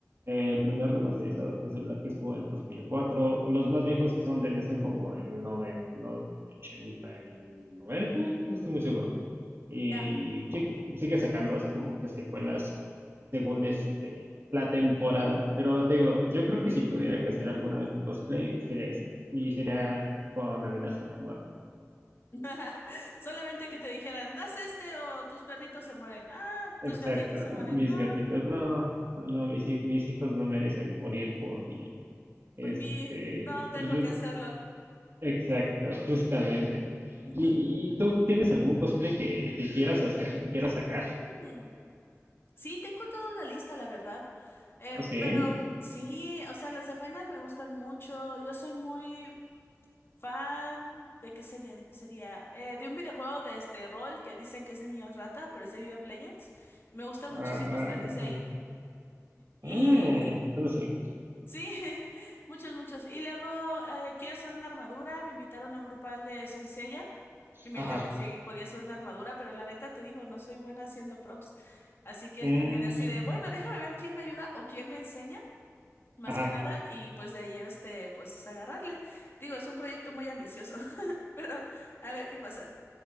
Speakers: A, on the right; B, on the left.
A: eh, el primer remasterizado, que es el Black, es como del 2004. Los más viejos que son de NES son como del 90, no, del 89, no estoy muy seguro. Y
B: Ya.
A: sigue, sigue sacando así como que secuelas según este, la temporada. Pero te digo, yo creo que si tuviera que hacer alguna vez un cosplay, sería ese. Y sería con amenaza de muerte.
B: <laughs> Solamente que te dijeran, haz este o tus perritos se mueren. Ah,
A: Exacto,
B: tus gatitos se mueren.
A: mis
B: No,
A: gatitos, no, no, no, mis, hi- mis hijos no merecen morir por mí. Este,
B: por mí, no tengo
A: re-
B: que hacerlo.
A: exacto, justamente.
B: <laughs> Ujú.
A: ¿Y, y- y tú tienes algún cosplay que, que quieras hacer, que quieras sacar?
B: Mm. Sí, tengo toda una lista, la verdad. Eh,
A: ¿Ah, sí?
B: pero sí, o sea, las de Final me gustan mucho. Yo soy muy fan de qué sería, de qué sería. Eh, de un videojuego de este rol que dicen que es de niños rata, pero es de League of Legends. Me gustan
A: Ah,
B: muchísimos
A: ah,
B: trajes de
A: ah,
B: ahí. Y
A: mm, no lo sé.
B: Sí, <laughs> muchos, muchos. Y luego eh, quiero hacer una armadura. Me invitaron a un grupal de Saint Seiya y me
A: Ajá.
B: dijeron que sí podía hacer una armadura, pero la neta te digo, no soy buena haciendo props. Así que
A: mm,
B: me quedé así de, bueno, déjame ver quién me ayuda o quién me enseña, más
A: ajá.
B: que nada, y pues de ahí este, pues agarrarle. Digo, es un proyecto muy ambicioso, <laughs> pero a ver qué pasa.